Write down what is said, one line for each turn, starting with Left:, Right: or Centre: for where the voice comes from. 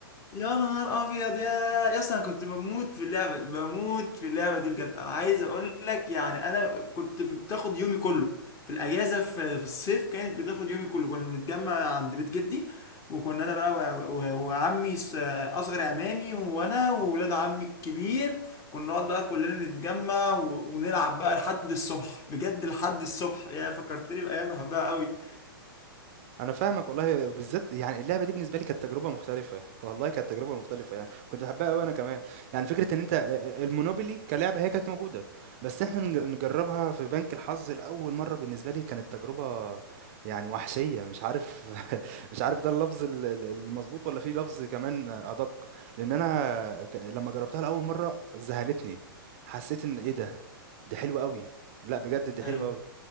Left: يا نهار ابيض يا يا اسطى انا كنت بموت في اللعبه بموت في اللعبه دي بجد انا عايز اقول لك يعني انا كنت بتاخد يومي كله في الاجازه في, في الصيف كانت بتاخد يومي كله كنا بنتجمع عند بيت جدي وكنا انا بقى و... و... وعمي س- اصغر عمامي وانا وولاد عمي الكبير كنا نقعد بقى كلنا نتجمع و... ونلعب بقى لحد الصبح بجد لحد الصبح يا فكرتني بايام بحبها قوي
Right: أنا فاهمك والله بالذات يعني اللعبة دي بالنسبة لي كانت تجربة مختلفة، والله كانت تجربة مختلفة يعني، كنت باحبها أوي أنا كمان، يعني فكرة إن أنت آآ المونوبولي كلعبة هي كانت موجودة، بس إحنا نج نجربها في بنك الحظ لأول مرة بالنسبة لي كانت تجربة يعني وحشية، مش عارف <laughs> مش عارف ده اللفظ ال ال المضبوط والّا في لفظ كمان آه، أدق، لأن أنا ك لمّا جربتها لأول مرة ذهلتني، حسيت إن إيه ده! دي حلوة أوي، لأ بجد دي
Left: ايوه
Right: حلوة أوي،